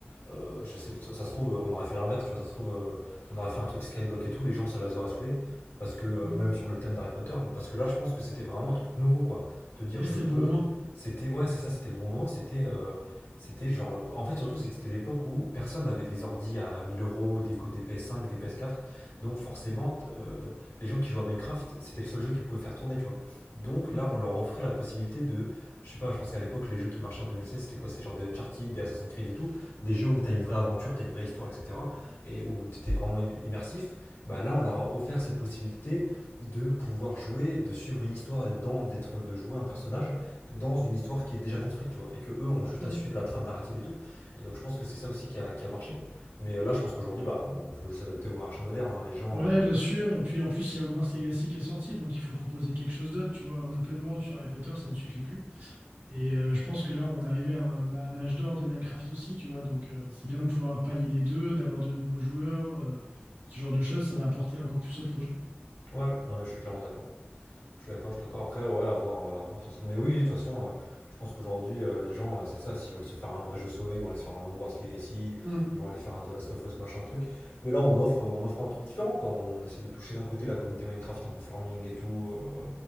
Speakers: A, on the left; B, on the right.
A: Euh, je sais, ça, ça se trouve, on aurait fait l'inverse, tu vois, ça se trouve, euh, on aurait fait un truc Skyblock et tout, les gens, ça les aurait saoulés, parce que, euh,
B: mm.
A: même sur le thème d'Harry Potter, mais parce que là, je pense que c'était vraiment un truc nouveau, quoi. Te dire,
B: Et
A: je
B: C'était
A: peux,
B: le bon moment.
A: c'était, ouais, c'est ça, c'était le bon moment, c'était, euh, c'était genre, en fait, surtout, c'est que c'était l'époque où personne n'avait des ordis à 1000 euros, des, co- des PS5, des PS4, donc forcément, t- euh, les gens qui jouaient à Minecraft, c'était le seul jeu qu'ils pouvaient faire tourner, tu vois. Donc
B: Mm,
A: là, on leur offrait la possibilité de, je sais pas, je pense qu'à l'époque, les jeux qui marchaient en 2016, c'était quoi? C'était genre des Uncharted, des Assassin's Creed et tout des jeux où tu as une vraie aventure, tu as une vraie histoire, etc., et où tu étais vraiment immersif, bah là, on leur a offert cette possibilité de pouvoir jouer, de suivre une histoire, d'être dans, d'être, de jouer un personnage dans une histoire qui est déjà construite, tu vois, et que eux ont juste
B: mm.
A: à suivre la trame narrative et tout. Et donc, je pense que c'est ça aussi qui a, qui a marché. Mais euh, là, je pense qu'aujourd'hui, bah, on faut juste s'adapter au marché moderne, hein, les gens.
B: Ouais,
A: euh,
B: bien sûr. Et puis en plus, il y a Hogwarts Legacy qui est sorti, donc il faut proposer quelque chose d'autre. Tu vois, un open world sur Harry Potter, ça ne suffit plus. Et euh, je pense que là, on est arrivé à un, à un âge d'or de Minecraft aussi, tu vois. Donc euh, c'est bien de pouvoir pallier les deux, d'avoir de nouveaux joueurs, euh, ce genre de choses, ça va apporter encore plus au projet, quoi.
A: Ouais, non, mais je suis clairement d'accord. Je suis d'accord, je suis d'accord. Après, ouais, à voir, euh, à voir, de toute façon. Mais oui, de toute façon, euh, je pense qu'aujourd'hui, euh, les gens, euh, c'est ça, s'ils veulent se faire un vrai jeu solo, ils vont aller se faire un Hogwarts Legacy,
B: Mm,
A: ils vont aller faire un The Last of Us, machin, un truc. Mais là, on offre, on offre un truc différent, quoi. On essaie de toucher d'un côté la communauté Minecraft, un peu farming et tout, euh,